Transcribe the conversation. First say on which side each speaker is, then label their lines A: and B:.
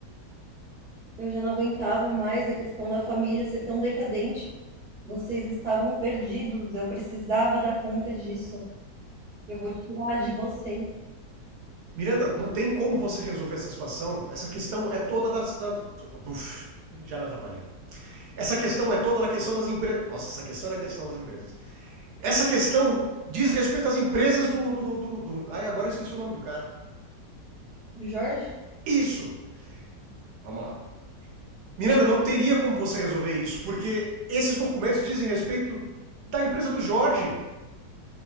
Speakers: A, on the right; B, on the right.
A: Eu já não aguentava mais a questão da família ser tão decadente. Vocês estavam perdidos, eu precisava dar conta disso. Eu vou tirar de vocês.
B: Miranda, não tem como você resolver essa situação. Essa questão é toda da. da... Buf, já me atrapalhei. Essa questão é toda da questão das empresas. Nossa, essa questão é da questão das empresas. Essa questão diz respeito às empresas do. do, do, do... Ai, agora eu esqueci o nome do cara.
A: Do Jorge?
B: Isso! Vamos lá. Miranda,
A: Certo.
B: não teria como você resolver isso, porque esses documentos dizem respeito da empresa do Jorge.